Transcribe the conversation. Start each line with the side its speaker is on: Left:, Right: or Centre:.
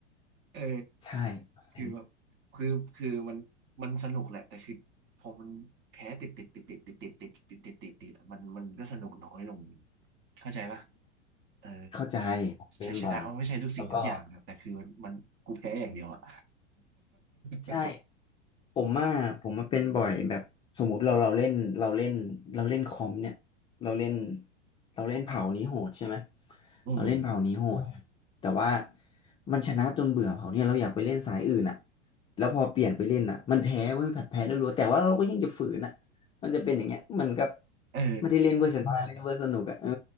Right: เออ
Left: ใช่เซ็ง
Right: คือแบบคือคือมันมันสนุกแหละแต่คือพอมันแพ้ติดติดติดติดติดติดติดติดติดติดติดมันมันก็สนุกน้อยลงเข้าใจปะเออ
Left: เข้าใจผมเป็นบ่อย
Right: ชัยชนะมันไม่ใช่ทุกสิ่งทุกอย่างนะแต่คือมันมันกูแพ้อย่างเดียวอะ
Left: แล้วก็
Right: <laughs>
Left: ใช่ ผมว่าผมมาเป็นบ่อยแบบสมมุติเราเราเล่นเราเล่นเราเล่นคอมเนี่ยเราเล่นเราเล่นเผ่านี้โหดใช่ไหม
Right: อืม
Left: เราเล่นเผ่านี้โหดแต่ว่ามันชนะจนเบื่อเผ่าเนี่ยเราอยากไปเล่นสายอื่นอ่ะแล้วพอเปลี่ยนไปเล่นอ่ะมันแพ้เว้ยแบบแพ้แล้วรัวแต่ว่าเราก็ยังจะฝืนอ่ะมันจะเป็นอย่างเงี้ยมันก็
Right: เออ
Left: ไม่ได้เล่นเวอร์ชนะ่เล่นเวอร์สนุกอ่ะเออ